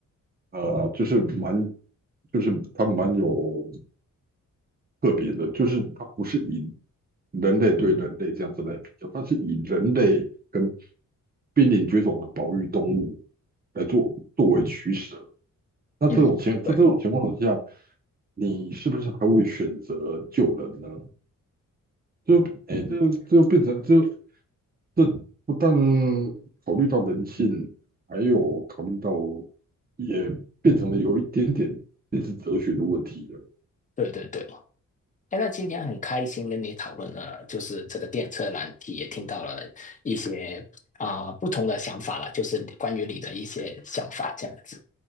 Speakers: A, on the right; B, on the left.
A: 呃就是蛮就是他蛮有特别的，就是它不是以人类对人类这样子来比较，它是以人类跟濒临绝种的保育动物来做作为取舍。那这种情在这种情况下，
B: 嗯，对，
A: 你是不是还会选择救人呢？就哎，诶这这就变成这
B: 嗯，
A: 这不但考虑到人性，还有考虑到也变成了有一点点类似哲学的问题了。
B: 对对对。哎，那今天很开心跟你讨论了，就是这个电车难题，也听到了一些啊、不同的想法了，就是关于你的一些想法这样子。